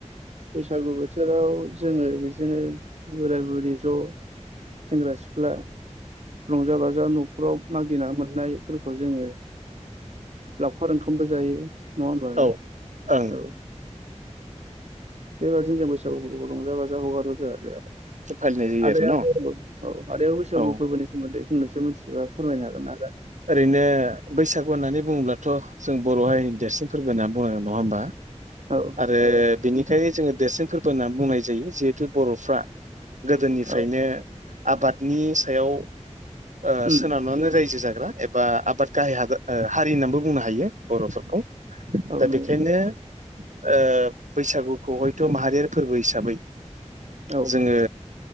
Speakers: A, on the right (about 65°); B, on the right (about 80°).
A: बैसागु बोथोराव जोङो बिदिनो बोराय बुरि ज' सेंग्रा सिख्ला रंजा बाजा न' ख्रब मागिना मोननायफोरखौ जोङो लावखार ओंखामबो जायो। नङाहोमबा आदा
B: औ ओं
A: औ। बेबादिनो जों बैसागुफोरखौ रंजा बाजा हगारो आरो आदा।
B: फालिनाय जायो
A: आदायाथ
B: आरो न' औ
A: औ आदायाव बैसागु
B: ओं
A: फोरबोनि सोमोन्दै बुंनोसो मिथि ओ फोरमायनो हागोन आदा?
B: ओरैनो बैसागु होननानै बुङोब्लाथ जों बर' हारिनि देरसिन फोरबो होनना बुङो नङा होमबा?
A: औ
B: आरो बेनिखायनो जोङो देरसिन फोरबो होननानै बुंनाय जायो जिहेथु बर'फ्रा गोदोनिफ्रायनो
A: औ
B: आबादनि सायाव ओ
A: उम
B: सोनारनानै रायजो जाग्रा एबा आबाद गाहाय हादो हारि होननानैबो बुंनो हायो। बर'फोरखौ
A: औ
B: दा
A: नंगौ
B: बेखायनो ओ बैसागुखौ हयथ माहारियारि फोरबो हिसाबै
A: औ
B: जोङो